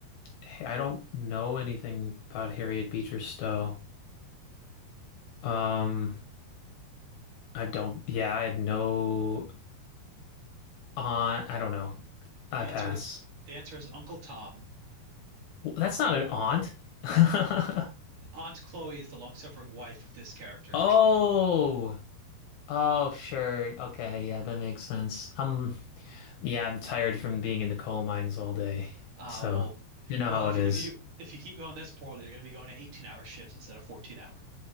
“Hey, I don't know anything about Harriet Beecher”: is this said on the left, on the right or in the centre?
Left